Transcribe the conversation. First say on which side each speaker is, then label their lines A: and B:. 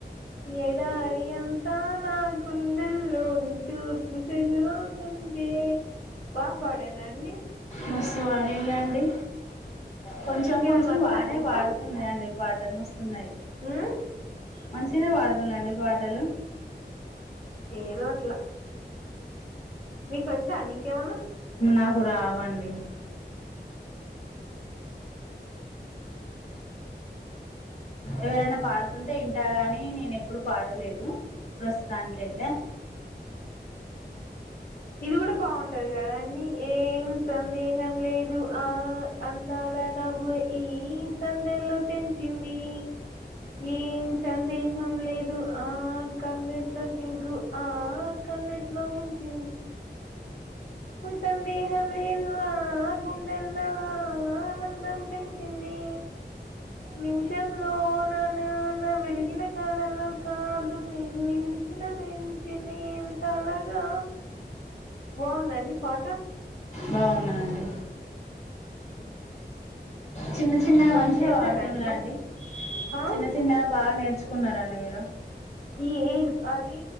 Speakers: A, on the left (about 80°); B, on the left (about 40°).
A: ఏ ఎడారి అంతా నా గుండెల్లో నిట్టూర్పు సెగలవుతుం టే బా పాడ్యానా అండీ
B: మస్సు పాడిల్లండి కొంచం
A: మీకేమైనా
B: కొంచం
A: వచ్చా
B: వానే
A: అండి ఇంకా
B: పాడుతున్నయండి పూ వాటర్ మస్తున్నయ్
A: ఉమ్,
B: మంచిగానే పాడుతుందండి వాడ్డలు
A: ఏదో అట్ల మీకొచ్చాన్ ఇంకేమన్న
B: నాకు రావండి ఎవరైనా పాడుతుంటే ఇంటా గాని నేను ఎప్పుడు పాడలేదు ప్రస్తుతానికైతే
A: ఇది గుడ బావుంటది కద అండి ఏం సందేహం లేదు ఆ అందాల నవ్వు ఈ సందెల్లొ తెంచిందీ ఏం సందింహం లేదు ఆ కందిట్లో సిగ్గు ఆ కందిట్ ట్లో ఉంచి సందేహం లేదు ఆ గుండెల్లో ఆ ఆనందం పెంచింది నిమ్షం లోనన్ నాన్న వెలిగిన కాలంలో కాదు మీ నిమిష్ చిన్న మించినీవి కలగా బావుందండి పాట
B: బాగున్నదండి చిన్న చిన్న
A: లంచ్
B: మంచిగ
A: చేసారండి
B: వాడుతుంద
A: మరి
B: అండి
A: ఆ
B: చిన్న చిన్నగ బాగ నేర్చుకున్నారండి మీరు
A: ఈ ఏగ్ అదీ